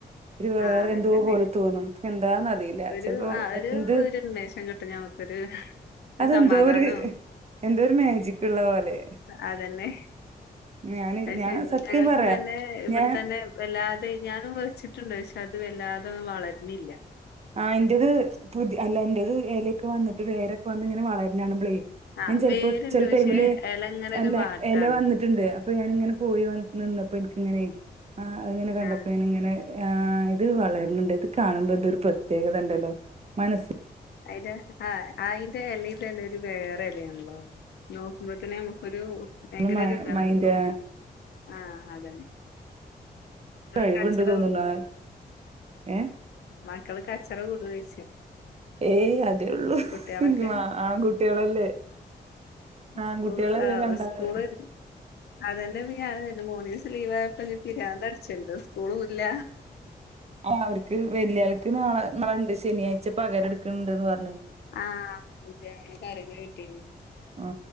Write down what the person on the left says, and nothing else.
ആഹ്
അതന്നെ
ഒരു
ആ ഒരു
ഒരു ഉന്മേഷം കിട്ടും ഞമ്മക്കൊരു ഒരു
സമാധാനവും
അതന്നെ
അത്
ശരി
ഞങ്ങൾക്ക്
തന്നെ ഇവിടെ
തന്നെ വല്ലാതെ ഞാനും വെച്ചിട്ടു ണ്ട് പക്ഷേ അത് വല്ലാതൊന്നും വളര്ഞ്ഞില്ല
ആ
വേരുണ്ട്
പക്ഷെ
എല ഇങ്ങനെ
ഒരു വാട്ടാണ്
ആഹ്
അതിന്റെ ആ അതിന്റെ ഇലതല്ല ഒരു വേറെ ഇലയാണല്ലോ നോക്കുമ്പോത്തന്നെ നമുക്കൊരു ഭയങ്കര
ഒരു ഇതാണ്
ആ അതന്നെ മക്കള്
കച്ചറ
കൂടോ
മക്കൾ കച്ചറ കൂടു വച്ചു
കുട്ട്യാളൊക്കെ
സ്കൂള് ആ
സ്കൂള് അതെന്നെ പ്പോഞാന് പറഞ്ഞേമൂന്നീസം ലീവ് ആയപ്പോ പിരിാന്തടിച്ച്ണ്ട് സ്കൂളൂല്ല
ആ അതെ പറയുന്ന കേട്ടീനി